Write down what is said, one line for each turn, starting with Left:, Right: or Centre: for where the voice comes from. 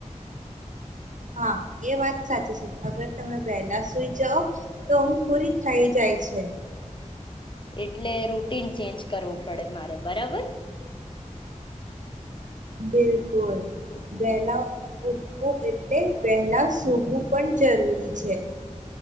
Right: હા એ વાત સાચી છે અગર તમે વહેલા સુઈ જાઓ તો ઊંઘ પૂરી થઇ જાય છે.
Left: એટલે રૂટીન ચેન્જ કરવું પડે મારે બરાબર.
Right: બિલકુલ વહેલા ઉઠવું એટલે વહેલા સૂવું પણ જરૂરી છે.